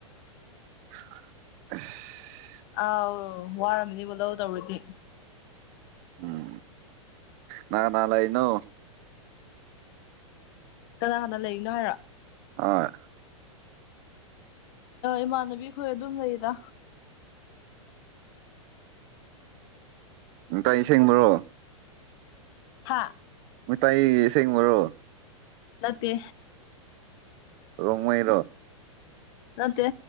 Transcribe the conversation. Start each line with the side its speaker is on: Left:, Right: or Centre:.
Right: <unintelligible>
Left: ꯑꯥꯎ ꯋꯥꯔꯝꯃꯤꯅꯤꯕꯨ ꯂꯧꯧ ꯇꯧꯔꯗꯤ
Right: ꯎꯝ ꯅ ꯅꯂ ꯏꯩꯅꯣ
Left: ꯀꯅꯥ ꯀꯅꯥ ꯂꯩꯔꯤꯅꯣ ꯍꯥꯏꯔꯣ
Right: ꯍꯣꯏ
Left: ꯏꯃꯥꯟꯅꯕꯤꯈꯣꯏ ꯑꯗꯨꯝ ꯂꯩꯗ
Right: ꯎꯝ ꯀꯥꯏ ꯁꯦꯡꯕ꯭ꯔꯣ
Left: ꯍꯥ
Right: ꯃꯤ ꯏꯁꯦꯡ ꯃꯔꯨꯔꯣ
Left: ꯅꯠꯇꯦ
Right: ꯔꯣꯡꯃꯩꯔꯣ
Left: ꯅꯠꯇꯦ